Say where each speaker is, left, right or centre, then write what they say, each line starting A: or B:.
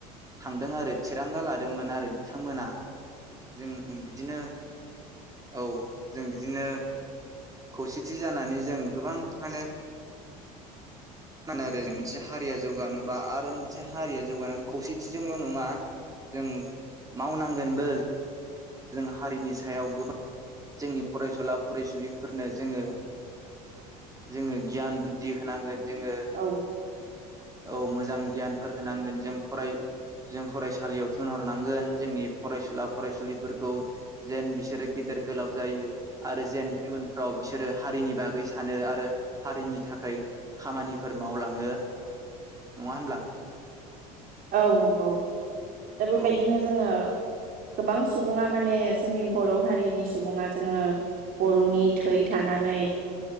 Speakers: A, on the right; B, on the right.
A: थांदों आरो थिरांगा लादोंमोन आरो बिथांमोना जों बिदिनो औ जों बिदिनो खौसेथि जानानै जों गोबां माने आरो जों मोनसे हारिया जौगानोबा आरो मोनसे हारिया जौगानाय खौसेथिजोंल नङा जों मावनांगोनबो जों हारिनि सायाव गोबां जोंनि फरायसुला फरायसुलिफोरनो जोङो जोङो गियान बुद्धि होनांगोन जोङो
B: औ
A: औ मोजां गियानफोर होनांगोन जों फराय जों फरायसालियाव थिनहरनांगोन जोंनि फरायसुला फरायसुलि फोरखौ जेन बिसोरो गेदेर गोलाव जायो आरो जेन इयुनफ्राव बिसोरो हारिनि बागै सानो आरो हारिनि थाखाय खामानिफोर मावलाङो नङा होनब्ला
B: औ नंगौ दा बेबायदिनो
A: औ
B: जोङो गोबां सुबुङा माने जोंनि बर' हारिनि सुबुङा जोङो बर'नि थै थानानै